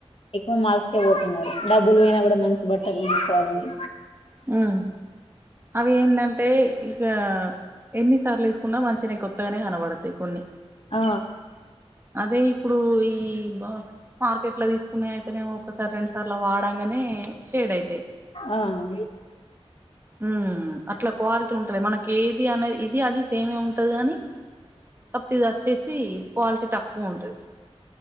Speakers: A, on the left (about 55°); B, on the right (about 20°).
A: ఎక్కువ మాల్స్కే పోతున్నారు డబ్బులు పోయినా కూడా మంచి బట్టలు కొన్నుకోవాలని
B: ఉ అవి ఏందంటే య ఎన్నిసార్లు వేసుకున్నా మంచిగానే కొత్తగానే కనబడతాయి కొన్ని
A: ఆ
B: అదే ఇప్పుడు ఈ మార్కెట్ లో తీసుకు అయితేనేమో ఒకసారి రెండు సార్లు అవి వడంగానే షేడ్ అయి
A: ఆ అం
B: ఉ అట్ల క్వాలిటీ ఉంటది మనకి కేది అనేది ఇది అది సేమే ఉంటది కానీ కాపోతె ఇది వచ్చేసి క్వాలిటీ తక్కువ ఉంటది